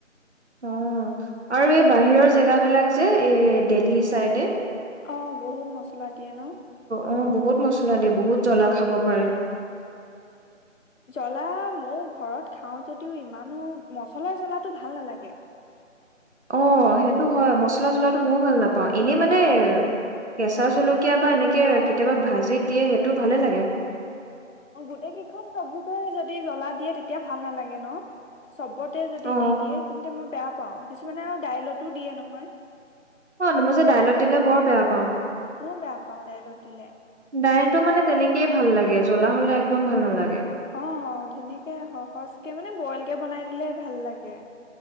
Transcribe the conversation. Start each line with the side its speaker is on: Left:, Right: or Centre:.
Right: অঁ, আৰু এই বাহিৰৰ জেগাবিলাক যে এই দেলহি চাইডে
Left: অঁ, বহুত মছলা দিয়ে ন।
Right: অঁ, বহুত মছলা দিয়ে বহুত জ্বলা খাব পাৰে।
Left: জ্বলা ময়ো ঘৰত খাওঁ যদিও ইমানো মছলাৰ জ্বলাটো ভাল নালাগে।
Right: অঁ, সেইটো হয় মচলা জলাটো মইও ভাল নাপাওঁ, এনেই মানে কেঁচা জল কীয়া বা এনেকে
Left: অ',
Right: কেতিয়াবা ভাজি দিয়ে সেইটো ভালে লাগে।
Left: অঁ, গোটেই কেইখন চব্জিতে যদি জ্বলা দিয়ে তেতিয়া ভাল নালাগে ন। চবতে যদি
Right: অ
Left: দি দিয়ে, তেন্তে মই বেয়া পাওঁ কিছুমানে আৰু দাইলতো দিয়ে নহয়।
Right: অঁ, মই যে দাইলত দিলে বৰ বেয়া পাওঁ।
Left: ময়ো বেয়া পাওঁ দাইলত দিলে।
Right: দাইলটো মানে তেনেকেই ভাল লাগে, জ্বলা হ'লে একদম ভাল নালাগে।
Left: অঁ, ধুনীয়াকে সহজকে মানে বইল কে বনাই দিলে ভাল লাগে।